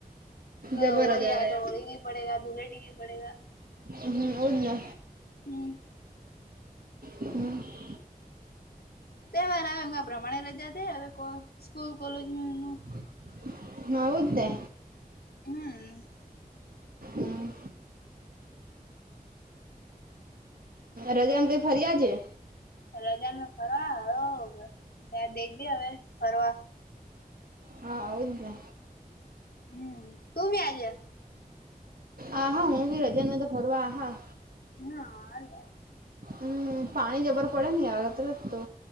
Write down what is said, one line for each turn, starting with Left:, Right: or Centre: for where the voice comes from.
Left: ગ હોળી
Right: જબર રજા
Left: હે
Right: રે
Left: તો હોળી પડેગા ઘુલેટી ભી પડેગા.
Right: હમ્મ ઓજ ને.
Left: હમ
Right: હમ
Left: તહેવાર આવે એના પ્રમાણે રજા દે હવે કો સ્કૂલ કોલેજમ્મ.
Right: <unintelligible> હુ આવું તે.
Left: હમ્મ.
Right: હમ રજામાં કંઈ ફરી આવજે.
Left: રજામાં ફરવા હોવ, ત્યાર દેખીએ ફરવા.
Right: હા આવું જ ને
Left: હમ તું ભી આજા
Right: આહા હું ભી રજા ને તો ફરવા આહા
Left: હા આલે
Right: હમ્મ પાણી જબર પડે ને અતરત તો